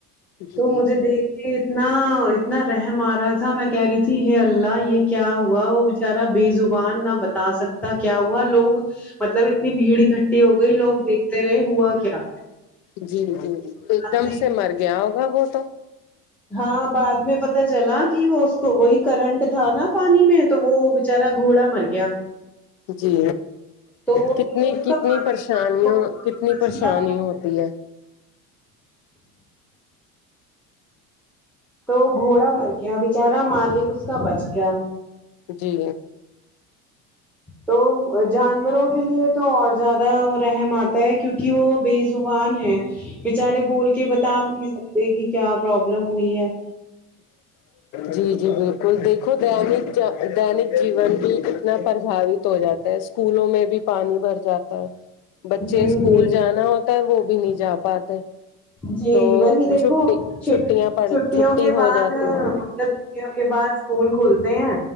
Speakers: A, on the left; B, in the centre.
A: جی
B: تو مجھے دیکھ کے اتنا اتنا رحم آ رہا تھا میں کہہ رہی تھی ہے اللہ یے کیا ہوا وہ بچارا بے زبان نہ بتا سکتا کیا ہوا لوگ مطلب اتنی بھیڑ اکٹھی ہو گئی لوگ دیکھ تے رہے ہوا کیا
A: جی جی ایک
B: بعد
A: دم
B: میں
A: سے مر گیا ہوگا وہ تو
B: ہاں بعد میں پتا چلا کی وہ اس کو وہی کرنٹ تھا نا پانی میں تو وہ بچارا گھوڑا مر گیا
A: جی
B: تو وہ
A: کت
B: جو
A: نی
B: اس
A: کتنی
B: کا مالک
A: پریشانیوں
B: تھا، وہ
A: کتنی
B: بچ
A: پریشانی
B: گیا
A: ہوتی ہے
B: تو گھوڑا مر گیا بچارا مالک اس کا بچ گیا
A: جی
B: تو جانوروں کے لیے تو اور زیادہ رحم آتا ہے کیونکے وہ بے زبان ہے بچارے بول کے بتا بھی نہیں سکتے کی کیا پرابلم ہوئی ہے
A: جی جی بالکل دیکھو دینک دینک جیون کی اتنا پرباوت ہو جاتا ہے اسکولوں میں بھی پانی بھر جاتا ہے بچے
B: جی
A: اسکول
B: جی
A: جانا ہوتا ہے وہ بھی نہیں جا پاتے
B: جی
A: تو
B: وہی دیکھو
A: چھٹی
B: چٹ
A: چھٹیاں پڑ
B: چھٹیوں
A: چھٹی
B: کے
A: ہو
B: بعد
A: جاتی ہے
B: مطلب چوٹیوں کے بعد اسکول کھلتے ہیں